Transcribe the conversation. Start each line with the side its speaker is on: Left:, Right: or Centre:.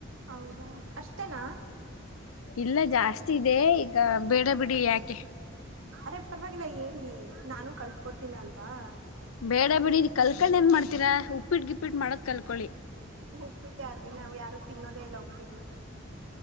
Right: ಹೌದಾ ಅಷ್ಟೇನಾ.
Left: ಇಲ್ಲ ಜಾಸ್ತಿ ಇದೆ ಈಗ ಬೇಡ ಬಿಡಿ ಯಾಕೆ.
Right: ಅರೆೇ ಪರವಾಗಿಲ್ಲ ಹೇಳಿ ನಾನು ಕಲ್ತ್ಕೋತೀನಿ ಅಲ್ವಾ.
Left: ಬೇಡ ಬಿೇಡಿ ಕಲ್ಕೊಂಡ ಏನ್ ಮಾಡ್ತೀರಾ ಉಪ್ಪಿಟ್ಟ ಗಿಪ್ಪಿಟ್ ಮಾಡದ ಕಲ್ಕಳಿ.
Right: ಉಪ್ಪಿಟ್ಟ ಯರಿ ನಾ್ ಯಾರು ತಿನ್ನೋದೇ ಇಲ್ಲ ಉಪ್ಪಿಟ್ಟ.